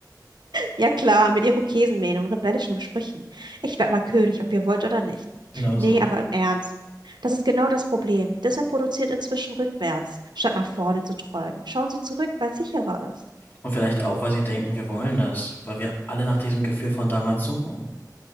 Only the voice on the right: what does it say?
Ja klar, mit Irokesenmähne und rebellischen Sprüchen. Ich werd mal König, ob ihr wollt oder nicht.
Nee,
aber im Ernst. Das ist genau das Problem. Disney produziert inzwischen rückwärts, statt nach vorne zu träumen. Schauen Sie zurück, weil es sicherer ist.